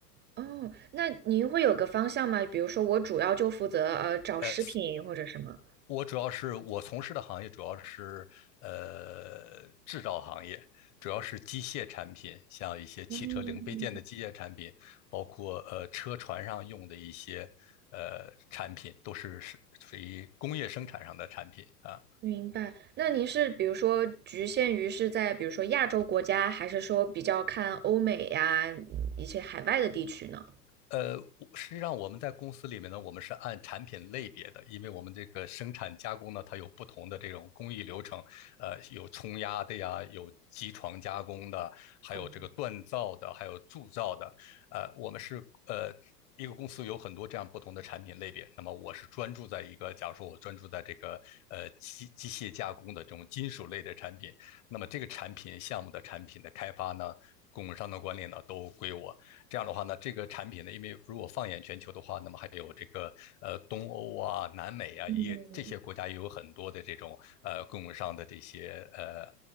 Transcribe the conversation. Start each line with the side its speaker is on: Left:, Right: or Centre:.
Right: 哦，那您会有个方向吗？比如说我主要就负责呃找食品或者什么。
Left: 呃，我主要是我从事的行业主要是呃制造行业，主要是机械产品，像一些汽车零配件的机械产品，
Right: 嗯，
Left: 包括呃车船上用的一些呃产品，都是是属于工业生产上的产品啊。
Right: 明白，那您是比如说局限于是在比如说亚洲国家，还是说比较看欧美呀，一些海外的地区呢？
Left: 呃，实际上我们在公司里面呢，我们是按产品类别的，因为我们这个生产加工呢，它有不同的这种工艺流程，呃，有冲压的呀，有机床加工的，还有这个锻造的，
Right: 哦，
Left: 还有铸造的，呃，我们是呃。一个公司有很多这样不同的产品类别，那么我是专注在一个，假如说我专注在这个呃机机械加工的这种金属类的产品，那么这个产品项目的产品的开发呢，供应商的管理呢，都归我。这样的话呢，这个产品呢，因为如果放眼全球的话，那么还有这个呃东欧啊、南美啊，
Right: 嗯，
Left: 也这些国家也有很多的这种呃供应商的这些呃。